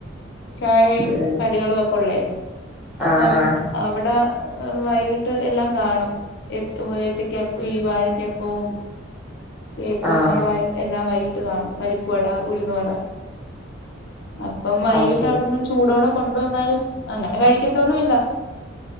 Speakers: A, on the left (about 55°); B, in the centre.
A: ചായയും
B: ഉം
A: കടികളും ഒക്കെ ഉള്ളേ അപ്പം
B: ആഹ് ആഹ്
A: അവിടെ അ വൈകിട്ട് എല്ലാം കാണും എത്തി കേ ഈ വാഴക്കപ്പവും കേക്ക്
B: ആഹ്
A: അങ്ങനൊള്ള എ എല്ലാം വൈകിട്ട് കാണും വട ഉഴുന്നുവട അ അപ്പം വൈകീട്ട്
B: അത് ശരി
A: അവിടുന്ന് ചൂടോടെ കൊണ്ട് വന്നാലും അങ്ങനെ കഴിക്കത്തൊന്നുല്ല